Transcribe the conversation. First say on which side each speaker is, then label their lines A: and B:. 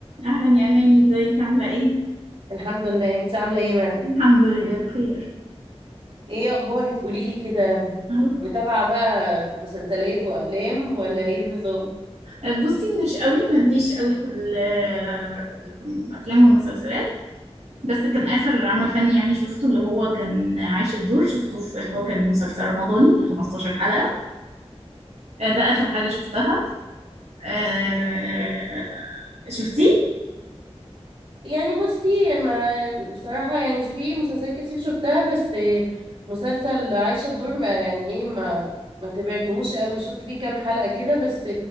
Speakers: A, on the right (about 85°); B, on the right (about 55°).
A: اهلا يا اماني ازيك عامله ايه
B: الحمد لله انت عامله ايه يا مريم
A: الحمد لله بخير
B: ايه اخبارك قولي لي كده
A: اهو
B: متابعه بقى مسلسلات وافلام ولا ايه النظام
A: أه، بصي مش قوي ماليش قوي في ال- في ال- في الافلام والمسلسلات بس كان اخر عمل فني يعني شفته اللي هو كان عايش الدور شفته في اللي هو كان مسلسل رمضاني 15 حلقه آه، ده اخر حاجه شفتها آه، شفتيه
B: يعني بصي ما بصراحه يعني في مسلسلات كتير شفتها بس مسلسل عايشه الدور ما يعني ايه ما ما تبعتهوش قوي شفت فيه كام حلقه كده بس